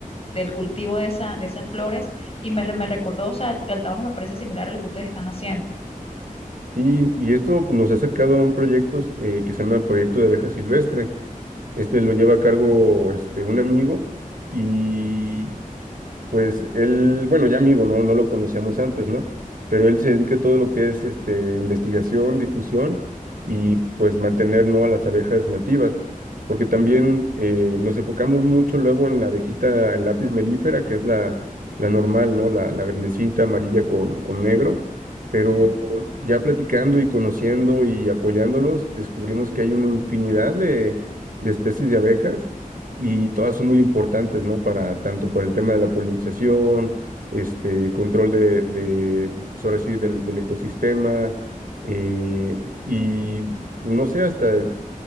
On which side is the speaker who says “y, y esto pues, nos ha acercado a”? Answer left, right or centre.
Right